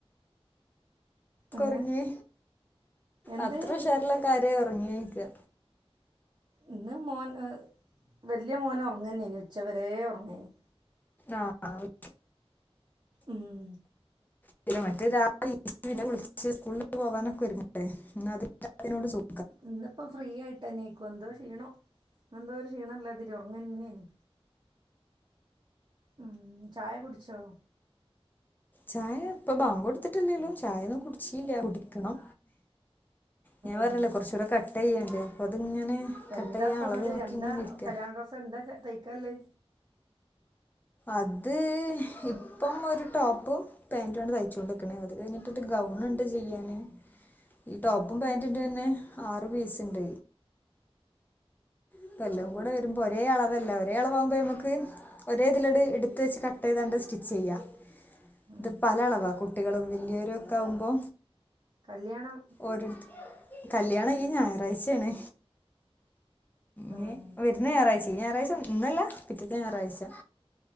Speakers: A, on the left; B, on the right.
A: <unintelligible>
B: ഏഹ്
A: ഒറങ്ങിയെ
B: എന്ത്
A: അത്ര ഉഷാറിലൊക്കെ ആരെ ഒറങ്ങിയെ ചോയിക്കാ
B: ഇന്ന് മോൻ ഏഹ് വെല്യ മോൻ ഒറങ്ങന്നേനി ഉച്ച വരെ ഒറങ്ങേനി
A: ആഹ് ആഹ്
B: ഉം
A: പിന്നെ മറ്റേ രാവിലെ എണീച്ച് പിന്നെ കുളിച്ച് സ്കൂള് പോകാനൊക്കെ ഒരുങ്ങണ്ടേ ഇന്ന് അതില്ലാത്തനോണ്ട് സുഖാ
B: ഇന്നിപ്പോൾ ഫ്രീ ആയിട്ട എണീക്കു എന്തോ ക്ഷീണോ എന്തോ ഒരു ക്ഷീണം ഉള്ളാതിരി ഒറങ്ങ തന്നെയന് ഉം ചായ കുടിച്ചോ
A: ചായ ഇപ്പൊ ബാങ്ക് കൊടുത്തിട്ടല്ലേ ഉള്ളൂ ചായ ഒന്നും കുടിച്ചീല്ല കുടിക്കണം ഞാൻ പറഞ്ഞല്ലേ
B: ഉം
A: കുറച്ചുകൂടെ കട്ട് ചെയ്യണ്ട് അപ്പൊ അതിങ്ങനെ കട്ട്
B: എന്താ
A: ചെയ്യാൻ
B: ഇപ്പം
A: അളവ്
B: അങ്ങോട്ട്
A: നോക്കി
B: എന്താ
A: ഇങ്ങനെ ഇരിക്ക
B: കല്യാണ ഡ്രസ് എന്താ തയ്ക്കാല്ലേ
A: അത് ഇപ്പം ഒരു ടോപ്പും പാന്റ് ആണ് തയ്ച്ചോണ്ട്ക്കണേ അത് കഴിഞ്ഞിട്ട് ഒര് ഗൗൺ ഉണ്ട് ചെയ്യാന് ഈ ടോപ്പും പാറ്റിന്റെ തന്നെ ആറ് പീസ് ഇണ്ട് ഇപ്പൊ എല്ലാം
B: ഉം
A: കൂടെ വരുമ്പോ ഒരേ അളവല്ല ഒരേ അളവ് ആകുമ്പോ നമുക്ക് ഒരേ ഇതിലട് എടുത്ത് വെച്ച് കട്ട് ചെയ്താണ്ട് സ്റ്റിച്ച് ചെയ്യ
B: ഉം
A: ഇത് പല അളവാ കുട്ടികളും വലിയവരും ഒക്കെ ആകുമ്പോ
B: കല്ല്യാണം
A: ഒരു കല്ല്യാണം ഈ ഞായറാഴ്ചയാണ് ഈ
B: ഉം
A: വരുന്ന ഞായറാഴ്ച ഈ ഞായറാഴ്ച ഇന്നല്ല പിറ്റത്തെ ഞായറാഴ്ച